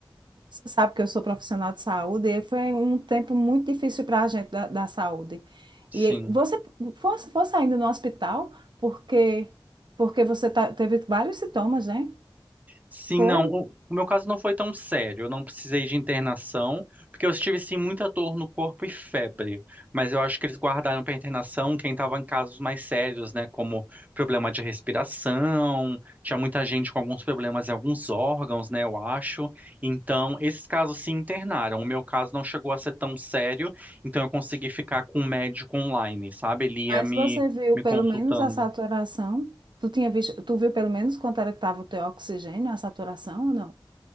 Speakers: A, on the right; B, on the right.
A: Você sabe que eu sou profissional de saúde e foi um tempo muito difícil para a gente da, da saúde.
B: Sim.
A: E você fosse, fosse ainda no hospital porque porque você tá- teve vários sintomas, né?
B: Sim,
A: Foi.
B: não. O, o meu caso não foi tão sério. Eu não precisei de internação, porque eu tive sim muita dor no corpo e febre. Mas eu acho que eles guardaram para internação quem estava em casos mais sérios, né? Como problema de respiração, tinha muita gente com alguns problemas em alguns órgãos, né? Eu acho. Então, esses casos se internaram. O meu caso não chegou a ser tão sério, então eu consegui ficar com um médico online, sabe? Ele ia
A: Mas
B: me,
A: você viu
B: me
A: pelo
B: consultando.
A: menos a saturação? Tu tinha visto, tu viu pelo menos quanto era que estava o teu oxigênio, a saturação ou não?